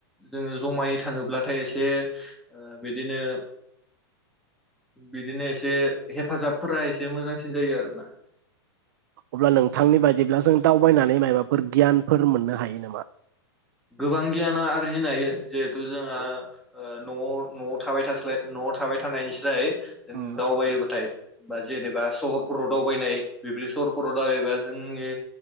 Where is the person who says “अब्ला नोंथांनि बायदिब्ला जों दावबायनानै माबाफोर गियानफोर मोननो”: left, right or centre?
Right